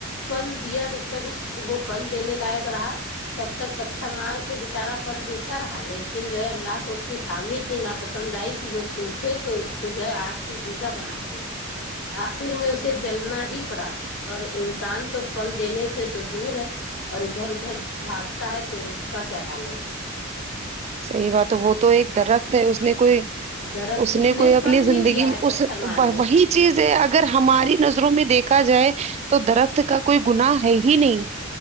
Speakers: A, on the left; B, on the right.
A: فھل دیا جب تک اس وہ فھل دینے لائق رہا تب تک پتھر مار کے بیچارا پن دیتا رہا لیکن جو ہے اللہ کو اس کی خامی اتنی ناپسند آئی کہ وہ سوکھے تو اس کو جو ہے آگ کی غذا بنا دیا آخر میں اسے جلنا ہی پڑا اور انسان تو پل دینے سے تو دور ہے اور ادھر ادھر بھاگتا ہے تو اس کا کیا حال ہوگا
B: صحیح بات ہے وہ تو ایک درخت ہے اس نے کوئی
A: درخت
B: اس نے کوئی اپنی
A: پھل
B: زندگی
A: بھی دیا
B: میں
A: ہے پتھر
B: اس
A: مارنے
B: وہی
A: سے
B: چیز ہے اگر ہماری نظروں میں دیکھا جائے تو درخت کا کوئی گنااہ ہے ہی نہیں